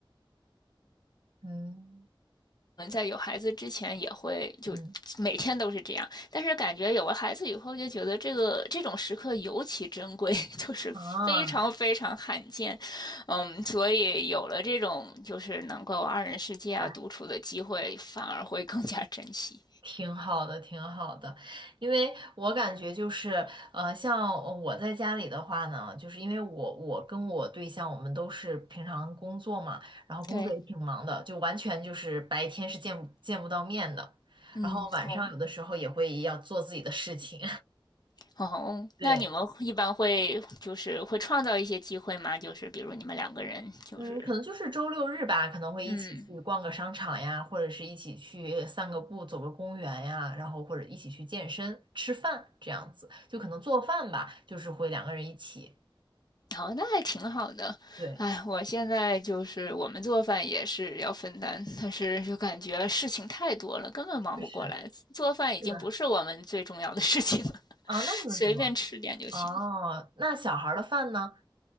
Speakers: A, on the right (about 65°); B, on the left (about 50°).
A: 嗯
B: 们在有孩子之前也会就每天都是这样，
A: 嗯
B: 但是感觉有了孩子以后，就觉得这个这种时刻尤其珍贵，<laughs> 就是非常非常罕见。
A: 啊，
B: 嗯，所以有了这种就是能够二人世界啊独处的机会，
A: 对
B: 反而会更加珍惜。
A: 挺好的，挺好的，因为我感觉就是，呃，像我在家里的话呢，就是因为我我跟我对象我们都是平常工作嘛，然后工作也挺忙的，
B: 对，
A: 就完全就是白天是见不见不到面的，
B: 嗯，
A: 然后晚上有的时候也会要做自己的事情，
B: 好，哦，
A: <laughs> 对。
B: 那你们一般会就是会创造一些机会吗？就是比如你们两个人，就是
A: 嗯，可能就是周六日吧，可能会一起去逛个商场呀，
B: 嗯，
A: 或者是一起去散个步、走个公园呀，然后或者一起去健身、吃饭这样子，就可能做饭吧，就是会两个人一起。
B: 哦，那还挺好的。
A: 对，
B: 哎，我现在就是我们做饭也是要分担，但是就感觉事情太多了，根本忙不过来。
A: 确实，
B: 做饭已经不是我们最重要的事情了，
A: 是的。
B: <laughs>
A: 啊，那你们怎么？
B: 随便吃点就行。
A: 哦，那小孩儿的饭呢，